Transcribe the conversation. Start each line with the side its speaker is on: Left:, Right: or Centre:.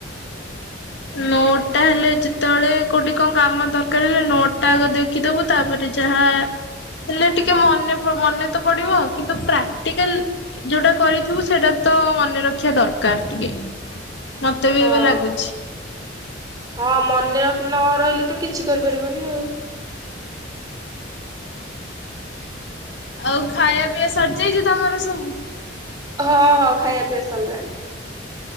Left: ନୋଟ୍ ଟା ହେଲେ ଯେତେବେଳେ କୋଉଠି କଁ କାମ ଦରକାର ହେଲେ ନୋଟ ଟା ଆଗ ଦେଖିଦବୁ ତାପରେ। ଯାହା। ହେଲେ ଟିକେ ମନେ ପ ମନେ ତ ପଡିବ। କିନ୍ତୁ ପ୍ରାକ୍ଟିକାଲ ଯୋଉଟା କରିଥିବୁ ସେଇଟା। ତ ମନେ ରଖିବା ଦରକାର ଟିକେ ମତେ
Right: ହଁ।
Left: ବି ଏବେ ଲାଗୁଛି।
Right: ହଁ ମନେ ରଖ ନ ରହିଲେ ତ କିଛି କରି ପାରିବନି ଆଉ।
Left: ଆଉ ଖାଇବା ପିଇଆ ସରିଜାଇଛି ତମର ସବୁ।
Right: ହ ହଁ ଖାଇବା ପିଇବା ସରିଲାଣି।